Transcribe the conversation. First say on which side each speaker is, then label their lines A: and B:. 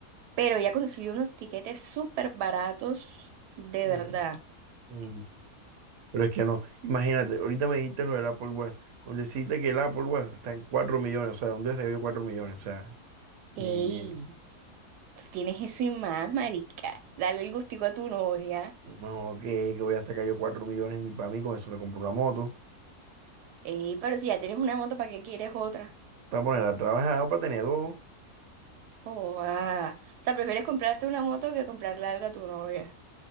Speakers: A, on the right; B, on the right.
A: Pero ella consiguió unos tiquetes súper baratos, de
B: mm,
A: verdad.
B: mm, Pero es que no. Imagínate, ahorita me dijiste lo del Apple Watch. con decirte que el Apple Watch está en 4 millones, o sea, ¿dónde se yo 4 millones? O sea, ni,
A: Ey,
B: ni, ni-
A: tú tienes eso y más, marica. Dale el gustico a tu novia.
B: no, que, que voy a sacar yo 4 millones ni para mí, con eso me compro una moto.
A: Ey, pero si ya tienes una moto, ¿para qué quieres otra?
B: Para poner a trabajar o para tener dos.
A: Joda. O sea, prefieres comprarte una moto que comprarle algo a tu novia.